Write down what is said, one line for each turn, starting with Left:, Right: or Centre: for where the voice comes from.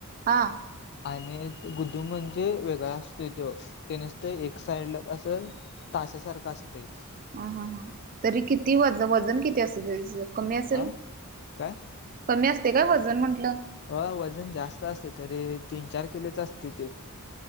Right: हा.
Left: आणि गुदुम म्हणजे वेगळा असतोय त्यो. ते नुसतं एक साइडला असं, ताशासारखं असतयं.
Right: ह ह ह तरी किती वजन वजन किती असल तेचं? कमी असेल?
Left: हा काय
Right: कमी असतेय काय वजन म्हटलं.
Left: अ वजन जास्त असतयं, तरी तीन चार किलोच असतयं ते.